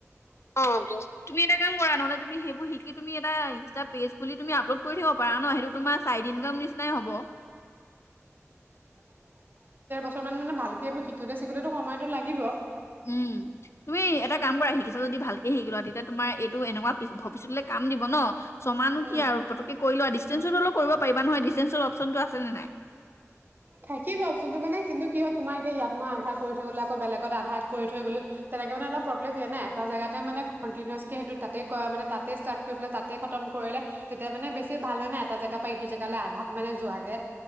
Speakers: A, on the left; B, on the right.
A: অ তুমি এটা কাম কৰা নহলে তুমি সেইবোৰ শিকি তুমি এটা ইনষ্টা পেজ খুলি তুমি আপলোড কৰি থাকিব পাৰা ন সেইটো তোমাৰ চাইদ ইনকাম নিচিনা এ হ'ব।
B: বছৰমান মানে ভালকে এইবোৰ শিকোতে শিকোতে সময়তো লাগিব।
A: উম তুমি এটা কাম কৰা শিকিছা যদি ভালকে শিকলা তেতিয়া তোমাৰ এইটো এনেকুৱা ভৱিষ্যতলৈ কাম দিব ন। চমানো
B: উম
A: কি আৰু পটককে কৰি লোৱা ডিচেন্ঞ্চো অলও কৰিব পাৰিবা নহয় ডিচেন্ঞ্চৰ অপশচনটো আছেনে নাই?
B: থাকিব অপচনটো মানে কিন্তু কি হয় তোমাৰ এতিয়া ইয়াত মই আধা কৰি গ'লো বেলেগত আধা কৰি থই গলো তেনেকে মানে অলপ প্ৰব্লেমিয়ে নাই এটা জেগাতে মানে কনটিনোৱাছ কি সটো তাতে মান তাতে ষ্টাৰ্ট কৰি পেলায় তাতে। কাম কৰিলে তেতিয়া মানে বেছি ভাল হয়হ নে এটা জেগাৰ পৰা ইটো জেগালৈ আধাত মানে যোৱাগে